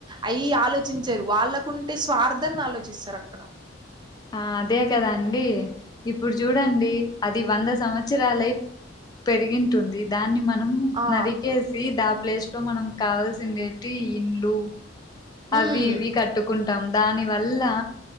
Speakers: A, on the right; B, on the left.
A: అయి ఆలోచించరు వాళ్ళకుంటే స్వార్థాన్ని ఆలోచిస్తారు అక్కడ
B: ఆ అదే కదా అండి ఇప్పుడు చూడండి అది ఇది వంద సంవత్సరాలై పెరిగింటుంది దాన్ని మనం
A: ఆ
B: నరికేసి దా ప్లేస్ లో మనం కావాల్సిందే ఇండ్లు అవి
A: ఉమ్
B: ఇవి కట్టుకుంటే దాని వల్ల